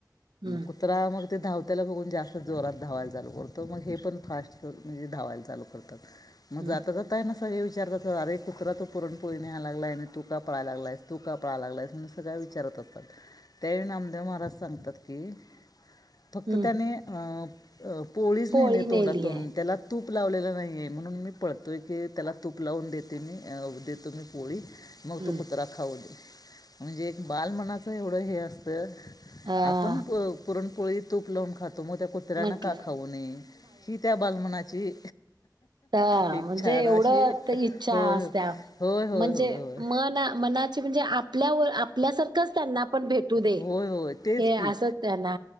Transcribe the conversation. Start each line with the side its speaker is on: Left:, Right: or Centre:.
Right: हम्म
Left: कुत्रा मग ते धावतला बघून जास्त जोरात धावायला चालू करतो मग हे पण फास्ट म्हणजे धावायला चालू करतात मग
Right: हम्म
Left: जाता जात न सगळे विचारतात अे कुत्र तू पुरणपोळी न्याय लालाय आणि तू का पळाला लागलास तू का पळाय लागलास म्हण सगळ विचारत असतात त्याही नामदेव महाराज सांगतात की फक्त
Right: हम्म
Left: त्याने अ पोळीच
Right: पोळी
Left: नाहीे तोंडातून
Right: नेली आहे
Left: त्याला तूप लावलेलं नाही आहे म्हणून मी पळतो आहे की त्याला तूप लावून देते मी देत तु म्ही पोळी मग
Right: हम्म
Left: तो कुत्रा खाऊ दे म्हणजे एक बालमनाचं एवढं हे असतं
Right: हा
Left: आपण पुरणपोळी तूप लावून खातो मग त्या कुत्र्यांना
Right: म्हटलं
Left: का खाऊ नये ही त्या बालमनाची
Right: ह
Left: एक
Right: म्हणजे
Left: छान
Right: एवढं
Left: अशी
Right: इच्छा
Left: होय
Right: असत्या
Left: होय होय
Right: म्हणजे
Left: होय होय होय
Right: मन मनाचे म्हणजे आपल्यावर आपल्यासारखंच त्यांना पण भेटू दे.
Left: होय होय तेच
Right: हे
Left: की
Right: असंच त्यांना